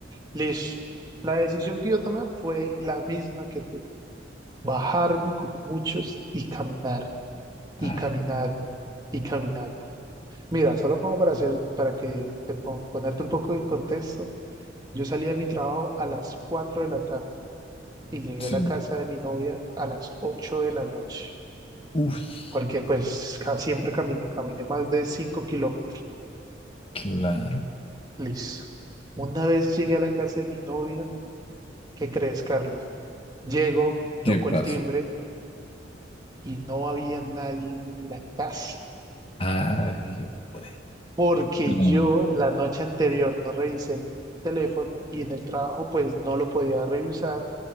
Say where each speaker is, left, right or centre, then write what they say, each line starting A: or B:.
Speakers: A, on the right (about 20°); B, on the left (about 30°).
A: Listo. La decisión que yo tomé fue la misma que tú. Bajarme como muchos y caminar, y
B: Ah,
A: caminar, y caminar. Mira, solo como para hacer, para que te pon- ponerte un poco en contexto, yo salí de mi trabajo a las 4 de la tarde y llegué
B: sí.
A: a la casa de mi novia a las 8 de la noche,
B: Uf,
A: porque pues ca- siempre caminé, caminé más de 5 kilómetros.
B: claro.
A: Listo. Una vez llegué a la casa de mi novia, ¿qué crees, Carlos? Llego, toco
B: ¿Qué pasa
A: el timbre y no había nadie en la casa,
B: Ay, hombre.
A: porque
B: Ah,
A: yo la noche anterior no revisé el teléfono y en el trabajo pues no lo podía revisar.